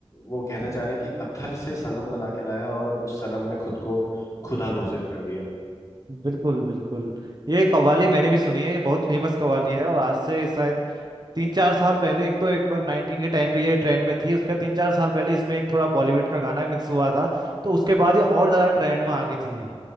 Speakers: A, on the left; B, on the right.
A: वो कहना चाह रहे हैं कि पत्थर से सनम बना के लाया और उस सनम ने खुद को खुदा घोषित कर दिया
B: बिल्कुल बिल्कुल ये कव्वाली मैंने भी सुनी है ये बहुत फेमस कव्वाली है और आज से शायद तीन चार साल पहले एक तो एक बार नाइनटीन के टाइम पे ये ट्रेंड में थी उसका तीन चार साल पहले इसमें एक थोड़ा बॉलीवुड का गाना मिक्स हुआ था तो उसके बाद ये और ज़्यादा ट्रेंड में आ गई थी ये